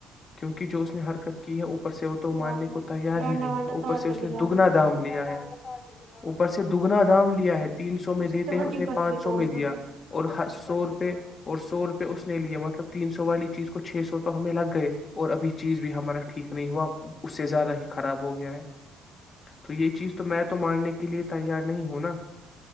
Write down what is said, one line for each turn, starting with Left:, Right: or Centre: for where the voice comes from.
Left: کیونکہ جو اس نے حرکت کی ہے وہ اپر سے وہ تو
Right: بات
Left: ماننے
Right: ہے
Left: کو تیار
Right: ڈانڈا
Left: ہی نہیں
Right: وانڈا
Left: ہے اوپر
Right: ساتھ
Left: سے
Right: لے
Left: اس
Right: کے
Left: نے
Right: جانا
Left: دگنا دام لیا ہے پر سے دگنا دام لیا ہے <unintelligible> تین سو میں دیتے
Right: کی تو
Left: ہیں
Right: ہڈی
Left: اس نے
Right: پسلی
Left: پانچ
Right: توڑنا
Left: سو میں دیا <unintelligible> اور ہ سو روپے اور سو روپئے اس نے لیے مطلب تین سو والی چیز کو چھ سو تو ہمیں لگ گئے اور ابھی چیز بھی ہمارا ٹھیک نہیں ہوا اس سے زیادہ ہی خراب ہو گیا ہے تو یہ چیز تو میں تو ماننے کے لیے تیار نہیں ہوں نا